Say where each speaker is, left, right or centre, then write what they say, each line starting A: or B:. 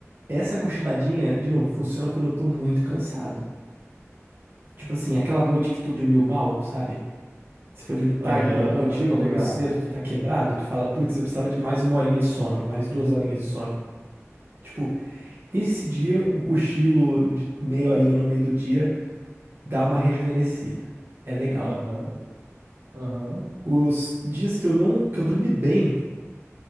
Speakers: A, on the right (about 45°); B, on the right (about 75°).
A: essa cochiladinha, de novo, funciona quando eu tô muito cansado. Tipo assim, aquela noite que tu dormiu mal, sabe? Você foi dormir tarde
B: Aham,
A: por algum motivo,
B: aham, tô
A: acordou
B: ligado.
A: cedo, tu tá quebrado, tu fala, putz, eu precisava de mais uma horinha de sono, mais duas horinhas de sono. Tipo, nesse dia, o cochilo de meia horinha no meio do dia dá uma rejuvenescida. É legal.
B: Aham, aham.
A: Os dias que eu não, que eu dormi bem,